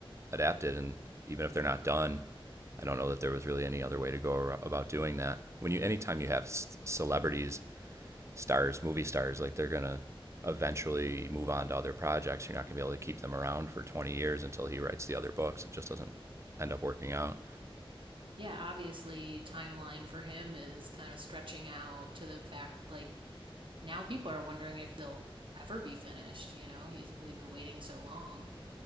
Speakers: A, on the right (about 30°); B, on the right (about 60°).
A: adapted. And even if they're not done, I don't know that there was really any other way to go about doing that. When you, anytime you have celebrities stars, movie stars, like they're gonna eventually move on to other projects. You're not gonna be able to keep them around for 20 years until he writes the other books. It just doesn't end up working out.
B: Yeah, obviously, timeline for him is kind of stretching out to the fact, like, now people are wondering if they'll ever be finished. You know, he's we've been waiting so long.